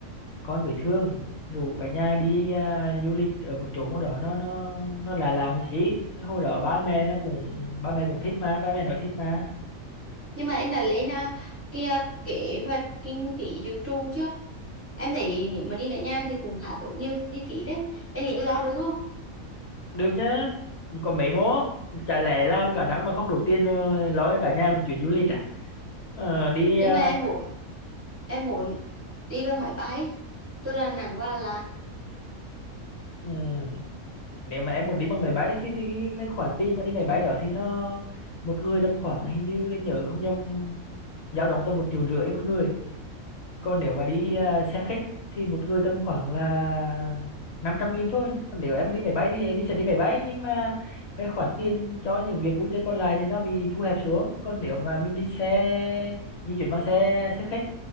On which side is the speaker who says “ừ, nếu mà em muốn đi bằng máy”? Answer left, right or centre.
Left